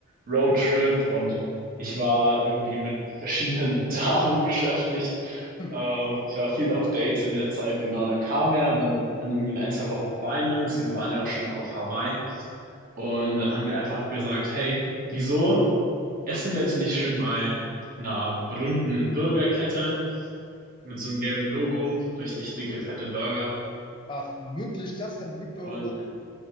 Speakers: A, on the right (about 40°); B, on the left (about 20°).
A: Roadtrip und ich war irgendwie mit verschiedenen <laughs> Damen beschäftigt.
B: <laughs>
A: Ähm, ich war viel auf Dates in der Zeit, genau. Und dann kam er und dann, dann irgendwie in ein, zwei Wochen Finals. Wir waren ja auch schon auf Hawaii und dann haben wir einfach gesagt, hey, wieso? Essen wir jetzt nicht schön bei einer berühmten Burgerkette mit so einem gelben Logo, richtig dicke, fette Burger.
B: Ach, wirklich, das hat Victor
A: Und
B: gemacht?